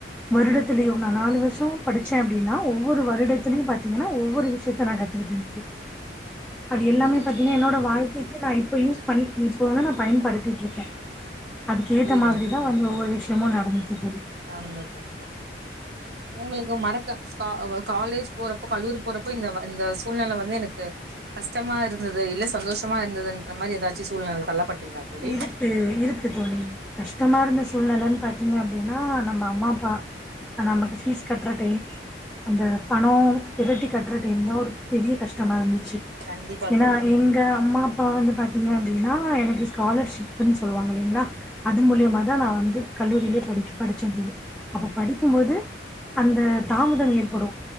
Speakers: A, in the centre; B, on the right (about 60°).
A: வருடத்திலயு நா நாலு வருஷோ படிச்சே அப்டின்னா ஒவ்வொரு வருடத்துலையு பாத் தீங்கன்னா ஒவ்வொரு விஷயத்த நா கத்துக்கிட்ட தோழி அது எல்லாமே பாத்திங்கன்னா என்னோட வாழ்க்கைக்கி நா இப்போ யூஸ் பண்ணி இப்போ தா நா பயன்டுத்திட்டுருக்கே அதுக்கு ஏத்த
B: புரியுதுங்க
A: மாதிரிதா வந்து ஒவ்வொரு விஷயமும் நடந்துச்சு தோழி
B: நாடந்துட்டுருக்கு உங்களுக்கு மறக்க கா அவ் காலேஜ் போறப்போ கல்லூரி போறப்போ இந்த இந்த சூழ்நெல வந்து எனக்கு கஷ்டமாருந்தது இல்ல சந்தோஷமா இருந்ததுன்ற மாரி ஏதாச்சு சூழ்நெல தள்ளப்பட்டீங்களா தோழி
A: இருக்கு இருக்கு தோழி கஷ்டமாருந்த சூழ்நெலன்னு பாத்தீங்க அப்டின்னா நம் அ அம்மா அப்பா அ நமக்கு ஃபீஸ் கட்றதே அந்த பணோம் பிரட்டி கட்ற டைம் தா ஒரு பெரிய கஷ்டமாருந்துச்சு
B: கண்டிப்பா
A: ஏன்னா
B: தோழி
A: எங்க அம்மா அப்பா வந்து பாத்தீங்க அப்டின்னா எனக்கு காலர்ஷிப்ன்னு சொல்லுவாங்க இல்லைங்ளா அது மூலியமா தா நா வந்து கல்லூரியிலே படிக் படிச்சே தோழி அப்ப படிக்கும்போது அந்த தாமதோ ஏற்படு